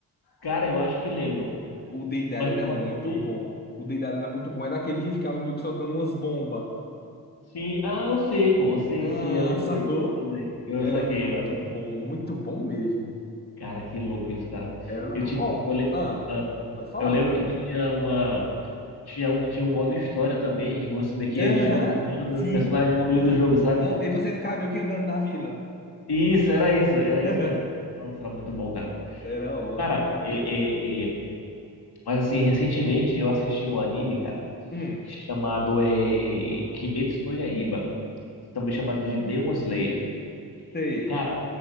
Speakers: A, on the left; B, on the left.
A: Cara, eu acho que lembro,
B: O Deidara
A: mas
B: era
A: me conta
B: muito
A: um pouquinho
B: bom. O Deidara era muito bom. Era aquele que ficava meio que soltando umas bombas.
A: Sim, ah, eu sei, pô. Eu sei,
B: Ah,
A: sim, eu lembrei.
B: sacou?
A: Lembrei.
B: Ele
A: Eu
B: era
A: saquei
B: muito
A: lá.
B: bom, muito bom mesmo.
A: Cara, que louco isso, cara.
B: Era na...
A: Eu, tipo,
B: Ó,
A: eu, le...
B: ah,
A: ah,
B: pode falar.
A: eu lembro que tinha uma. Tinha um que tinha um modo história também, que você meio que
B: Aham,
A: ia desbloqueando
B: sim.
A: o personagem no meio do jogo, sabe?
B: Ah, e você ficava meio que andando na vila.
A: Isso, era isso, era
B: <laughs>
A: isso mesmo. Nossa, era muito bom, cara.
B: Era ótimo
A: Cara,
B: aquilo ali,
A: é,
B: pô.
A: é, é, mas assim, recentemente eu assisti um anime, cara,
B: Hum,
A: chamado é... Kimetsu no Yaiba, também chamado de Demon Slayer.
B: sei.
A: Cara,